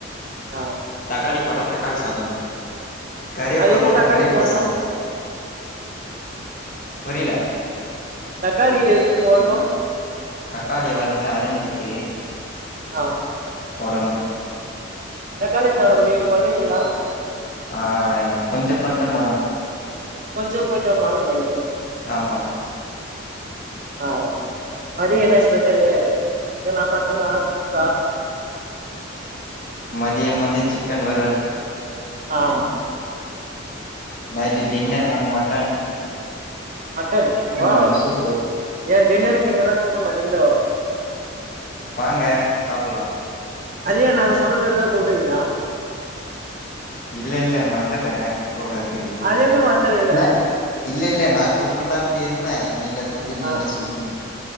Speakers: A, on the right (about 40°); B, on the left (about 40°).
A: ஆ
B: தக்காளி போட்ட தக்காளி சாதம் கருவேப்பில
A: அது எப்டி
B: போட்டா
A: தக்காளி
B: கருவேப்பில
A: போட்ணு
B: சாதம் புரியில
A: தக்காளி எப்டி போடணு
B: தக்காளிய வந்து அரிஞ்சிட்டு
A: ஆஹ்
B: போடணும்
A: தக்காளி சாதம் நீங்க பண்ணுவீங்களா
B: ஆஹ் எனக்கு கொஞ்ச கொஞ்சம் வரும்
A: கொஞ்சோ கொஞ்சம் மாலும் வைங்க
B: ஆமா
A: ஆ ஆ மதியோ
B: ம்
A: என்ன ஸ்பெஷலு சிக்கனா மட்டனா பீஃபா
B: மதியம் வந்து சிக்கன் வறுவல்
A: ஆஹ்
B: நைட்டு் டின்னர் வந்து மட்டன்
A: மட்டன் வாவ்
B: வந்து சூப்பு
A: ஏன் டின்னருக்கு எங்களல்லா கூப்ட மாட்டீங்களோ
B: வாங்க சாப்பட்லா
A: ஐயா நாங்க சொன்ன பிறகுதா கூப்டுவீங்களா
B: இல்ல இல்ல. <unintelligible> ட்ட. அவ்ளத்துக்கு
A: அது எப்டி மறந்துடுவீங்க
B: நாய் இல்ல இல்ல நா கூப்புடலான்ட்டு இருந்த. நீங்க. தோழி நீங்கலே
A: ஆ
B: சொல்லிடீங்க